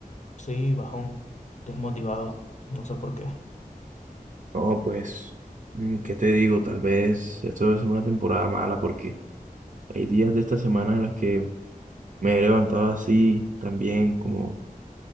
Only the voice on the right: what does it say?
No, pues, mm, ¿qué te digo? Tal vez esto debe una temporada mala porque hay días de esta semana en las que me he levantado así, también como